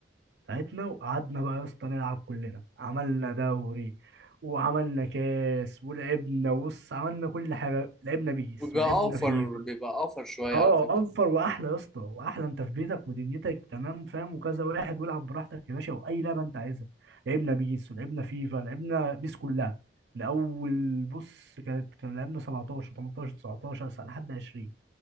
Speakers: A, on the right; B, in the centre.
A: بتاعتنا وقعدنا بقى يا اسطى نلعب كلنا عملنا دوري وعملنا كاس ولعبنا بص عملنا كل حاجه لعبنا بيس
B: وبيبقى
A: ولعبنا
B: اوفر
A: فيفا
B: بيبقى اوفر شويه
A: اه
B: على فكره
A: اوفر واحلى يا اسطى واحلى انت في بيتك ودنيتك تمام فاهم وكذا واحد والعب براحتك يا باشا واي لعبه انت عايزها لعبنا بيس ولعبنا فيفا لعبنا بيس كلها من اول بص كانت كان لعبنا 17 18 19 ساعة لحد 20